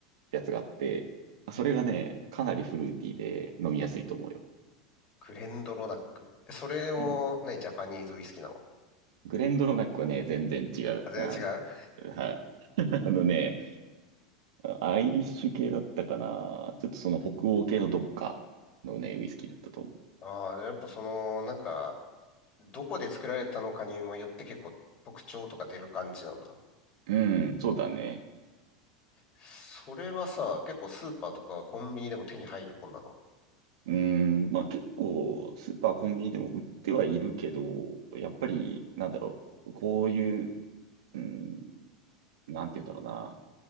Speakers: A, on the right (about 80°); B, on the left (about 35°).
A: やつがあって、それがね、かなりフルーティーで飲みやすいと思うよ。
B: クレンドロナック。えそれも、
A: うん
B: 何、ジャパニーズウイスキーなの
A: グレンドロナックはね、全然違う。
B: あ、全然違う
A: あの、はい。<laughs> あのね、アイリッシュ系だったかな。ちょっとその北欧系のどっかのね、ウイスキーだったと思
B: ああやっぱその、なんか、どこで作られたのかにもよって結構特徴とか出る感じなんだ。
A: う。うん、そうだね。
B: それはさ、結構スーパーとかコンビニでも手に入るもんなの
A: うん、まあ結構、スーパー、コンビニでも売ってはいるけど、やっぱり、なんだろう、こういう、うん、なんて言うんだろうな。